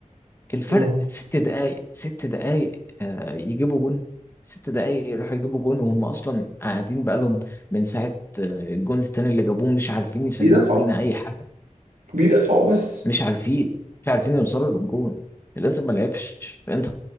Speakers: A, on the left; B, on the right.
A: الفرق
B: مم.
A: ست دقائق ست دقائق آه يجيبوا جون ست دقائق يروحوا يجيبوا جون وهم اصلا قاعدين بقالهم من ساعه آه، الجون التاني اللي جابوه مش عارفين يسجلوا
B: بيدافعوا
A: فينا اي حاجه
B: بيدافعوا بس
A: مش عارفين مش عارفين يوصلوا للجون الانتر ما لعبش الانتر